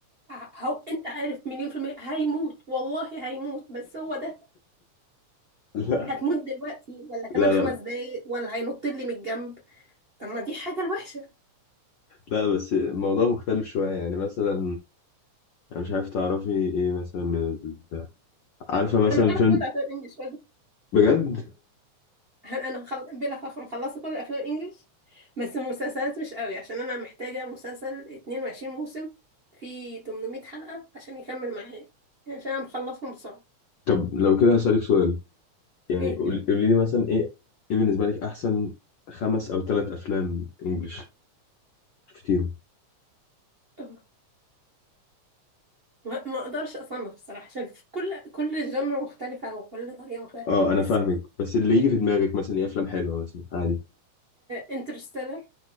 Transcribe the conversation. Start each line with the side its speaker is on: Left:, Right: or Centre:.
Right: ع- هو انت عارف مليون في المية هيموت والله هيموت بس هو ده
Left: لا
Right: هتموت دلوقتي ولا كمان
Left: لا
Right: خمس
Left: لا
Right: دقايق ولا هينط لي من الجنب طب ما دي حاجه الوحشه
Left: لا بس الموضوع مختلف شوية يعني مثلا أنا مش عارف تعرفي إيه مثلا من ال- عارفة مثلا
Right: انا اعرف
Left: فيلم
Right: كل افلام انجلش
Left: بجد
Right: <laughs> هل انا خل... بلا فخر مخلصه كل الافلام الانجليش بس المسلسلات مش قوي عشان انا محتاجه مسلسل 22 موسم فيه 800 حلقه عشان يكمل معايا يعني عشان انا مخلصهم بسرعه
Left: طب لو كده هسألك سؤال يعني
Right: ايه
Left: قول- قولي لي مثلا ايه ايه بالنسبة لك احسن خمس او ثلاث افلام انجلش شفتيهم
Right: أه. ما ما اقدرش اصنف الصراحه عشان في كل كل جنر مختلفه وكل طريقه مختلفه
Left: اه انا
Right: بس
Left: فاهمك بس اللي
Right: في
Left: يجي في دماغك مثلا ايه افلام حلوة مثلا عادي
Right: انترستيلر